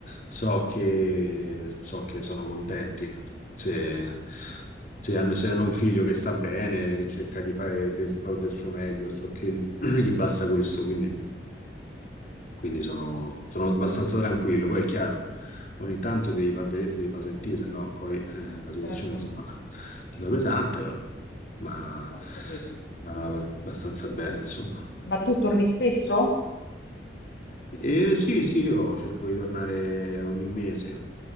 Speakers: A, on the left; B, on the left.
A: so che, so che sono contenti. Se, se hanno, se hanno un figlio che sta bene, che cerca di fare del, pro- del suo meglio, so che <clears throat> gli basta questo, quindi quindi sono, sono abbastanza tranquillo. Poi è chiaro, ogni tanto devi far vedere, devi far sentire, se no poi eh, la situazione
B: Certo,
A: si fa, si fa pesante, però va,
B: ho capito.
A: va- va abbastanza bene, insomma.
B: Ma tu torni spesso?
A: E sì, sì, io cerco di tornare ogni mese,